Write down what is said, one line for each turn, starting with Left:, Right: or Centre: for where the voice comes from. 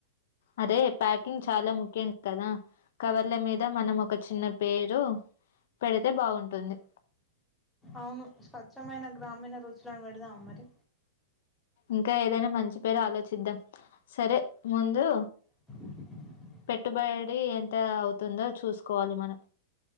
Left: అరే ప్యాకింగ్ చాలా ముఖ్యం కదా కవర్ల మీద మనం ఒక చిన్న పేరు పెడితే బాగుంటుంది
Centre: అవును స్వచ్ఛమైన గ్రామీణ రుచులని పెడదామమరి
Left: ఇంకా ఏదైనా మంచి పేరు ఆలోచిద్దాం సరే ముందు
Centre: బ్లాంక్
Left: పెట్టుబడి ఎంత అవుతుందో చూసుకోవాలి మనం